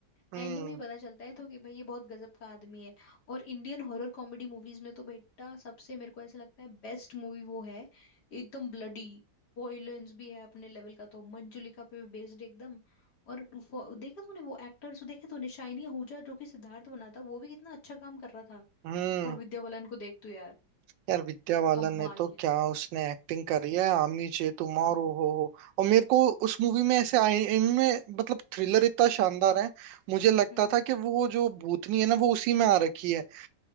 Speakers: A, on the right (about 85°); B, on the left (about 65°).
A: हम्म
B: एंड में पता चलता है तो कि भाई ये बहुत गजब का आदमी है और इंडियन हॉरर कॉमेडी मूवीज में तो बेटा सबसे मेरे को ऐसा लगता है बेस्ट मूवी वो है एकदम ब्लडी वॉयलेंस भी है अपने लेवल का तो मंजुलिका पे बेस्ड एकदम और वो- देखा तूने वो एक्टर्स देखे तूने शाइनी आहूजा जो कि सिद्धार्थ बना था वो भी कितना अच्छा काम कर रहा
A: हम्म
B: और विद्या बालन को देख तू यार
A: यार विद्या बालन
B: कमाल
A: ने तो क्या उसने एक्टिंग करी है आमी चे तुम्हारो
B: हम्म
A: हो हो और मेरे को उस मूवी में ऐसे आए- इनमें मतलब थ्रिलर इतना शानदार है मुझे लगता
B: हम्म हम्म,
A: था
B: हम्म।
A: कि वो जो भूतनी है ना वो उसी में आ रखी है